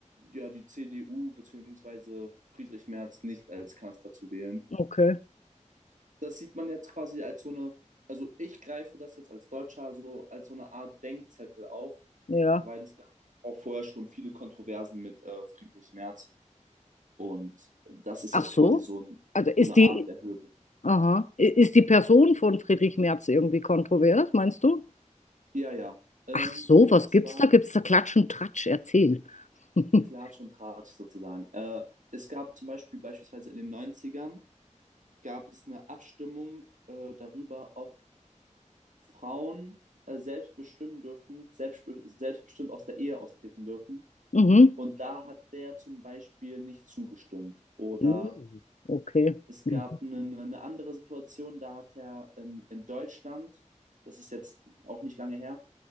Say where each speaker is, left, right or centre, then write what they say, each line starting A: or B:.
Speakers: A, on the right; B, on the left.
A: ja, die CDU bzw. Friedrich Merz nicht als Kanzler zu wählen.
B: Okay,
A: Das sieht man jetzt quasi als so eine, also ich greife das jetzt als Deutscher so als so eine Art Denkzettel auf,
B: ja.
A: weil es gab auch vorher schon viele Kontroversen mit äh, Friedrich Merz und das ist
B: Ach
A: jetzt
B: so.
A: quasi so,
B: Also ist
A: so eine
B: die,
A: Art der Höhepunkt.
B: aha, I- ist die Person von Friedrich Merz irgendwie kontrovers, meinst du?
A: Ja, ja. Ähm,
B: Ach so,
A: und
B: was
A: zwar
B: gibt's da? Gibt's da Klatsch und Tratsch? Erzähl. <laughs>
A: Klatsch und Tratsch sozusagen. Äh, es gab zum Beispiel beispielsweise in den Neunzigern gab es eine Abstimmung äh, darüber, ob Frauen äh, selbst bestimmen dürfen, selbst, selbstbestimmt aus der Ehe austreten dürfen.
B: Mhm.
A: Und da hat der zum Beispiel nicht zugestimmt. Oder
B: Uh, Okay.
A: es gab
B: Mhm.
A: eine, eine andere Situation, da hat er ähm, in Deutschland, das ist jetzt auch nicht lange her,